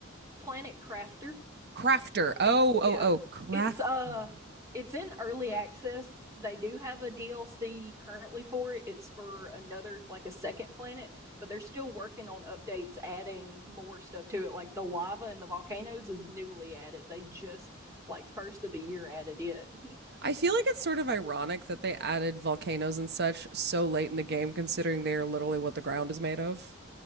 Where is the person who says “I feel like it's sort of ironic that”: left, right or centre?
Right